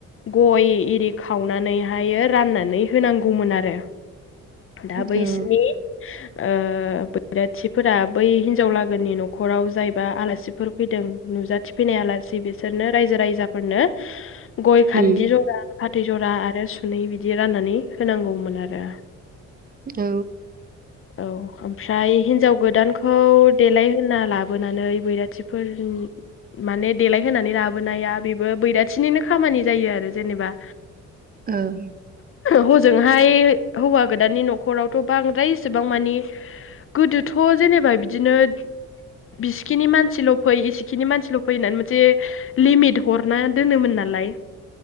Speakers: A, on the left; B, on the right.
A: गय एरि खावनानैहायो राननानै होनांगौमोन आरो।
B: औ
A: दा बैसिनि ओ बैराथिफोरा बै हिन हिनजाव लागोनि न'खराव जायबा आलासिफोर फैदों नुजाथिफैनाय आलासि बेसोरनो रायजो रायजाफोरनो गय खान्दि
B: उम
A: जरा फाथै जरा आरो सुनै बिदि राननानै होनांगौमोन आरो।
B: औ।
A: औ ओमफ्राय हिन्जाव गोदानखौ देलायहोना लाबोनानै बैराथिफोरनि माने देलायहोनानै लाबोनाया बेबो बैराथिनिनो खामानि जायो आरो जेनेबा
B: ओं।
A: हजोंहाय हौवा गोदाननि न'खरावथ' बांद्राय एसेबां मानि गोदोथ' जेनेबा बिदिनो बिसिखिनि मानसिल' फै इसिखिनि मानसिल' फै होन्नानै मोनसे लिमिट हरना दोनोमोन नालाय।